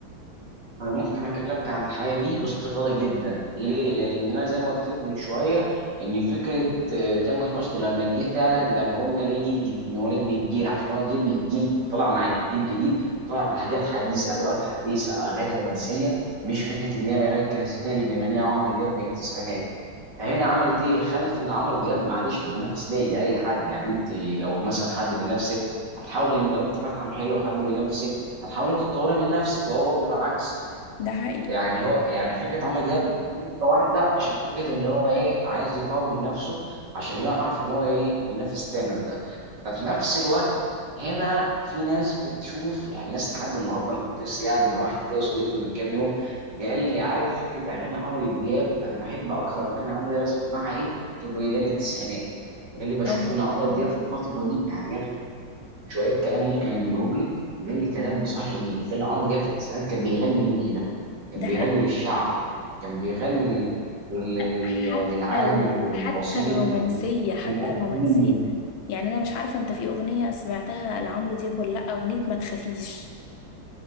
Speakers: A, on the right; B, on the left.
A: انا ممكن اكلمك عن الحياه دي باستفاضه جدا ليه لان انا زي ما قلت لك من شويه ان فكره آه، تامر حسني لما جه فعلا لما قلنا ليه جيل جديد إن هو نجم الجيل عشان هو جيل الجيل طلع مع جيل جديد طلع بحاجات حديثه ادوات حديثه اغاني رومانسيه مش فكره ان هي الاغاني الكلاسيكيه اللي بيغنيها عمرو دياب من التسعينات فهنا عملت ايه خلت ان عمرو دياب معلش ده منافس ليه اي حد يعني انت لو مثلا حد من نفسك هتحاول لو انت فاتحه محل وحد من نفسك هتحاول انت تطوري من نفسك وهو برضه العكس
B: ده حقيقي
A: يعني هو يعني فكره عمرو دياب نقطة واحده عشان فكره ان هو ايه عايز يطور من نفسه عشان يعرف ان هو ايه ينافس تامر ده ففي نفس الوقت هنا في ناس بتشوف يعني ناس لحد النهارده انا كنت لسه قاعد مع واحد كده صديقي من كام يوم قال لي عارف فكره اغاني عمرو دياب انا بحب اكتر اغاني عمرو دياب اسمعها ايه؟ قلت له ايه جال التسعينات قال لي بشوف
B: اه
A: ان عمرو دياب في الفتره دي يعني قال شويه كلام ممكن انجلهم لك قال لي كلام بصراحه جميل قال لي عمرو دياب في التسعينات كان بيغني ليه؟ كان
B: ده
A: بيغني
B: حقيقي
A: للشعب كان بيغني لل- لل-
B: ده
A: لل-
B: حتى
A: للعامل
B: ال...
A: وللبسيط
B: حتى الرومانسيه
A: وكان
B: حتى
A: واحد
B: الرومانسيه
A: منهم.
B: يعني انا مش عارفه انت في اغنيه سمعتها لعمرو دياب ولا لا اغنيه ما تخافيش